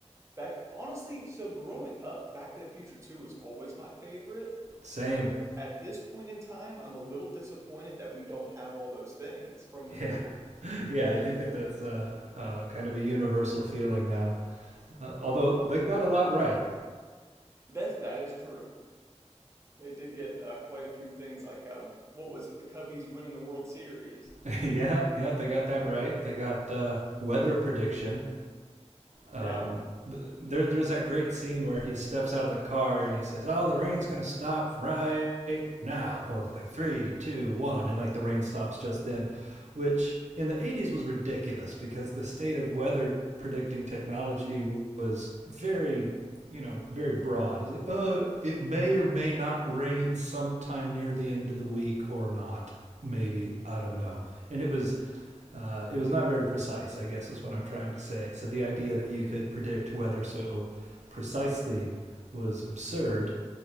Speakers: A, on the right; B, on the right.
A: Back, honestly, so growing up, Back to the Future 2 was always my favorite,
B: Same.
A: but
B: <laughs>
A: at this point in time, I'm a little disappointed that we don't have all those things from the movie.
B: Yeah, yeah. I think that that's uh, uh, kind of a universal feeling now. Uh, although they got a lot right.
A: That's that is true. They did get uh, quite a few things, like um, what was it? The Cubbies winning the World Series.
B: <laughs> yeah, yeah, they got that right. They got uh, weather prediction.
A: Yeah,
B: Um, th- there, there's that great scene where he steps out of the car and he says, "Oh, the rain's gonna stop right now," or like three, two, one, and like the rain stops just then, which in the 80s was ridiculous because the state of weather predicting technology was very you know very broad it's like oh, it may or may not rain sometime near the end of the week or not maybe i don't know and it was uh, it was not very precise, I guess, is what I'm trying to say. So the idea that you could predict weather so precisely was absurd.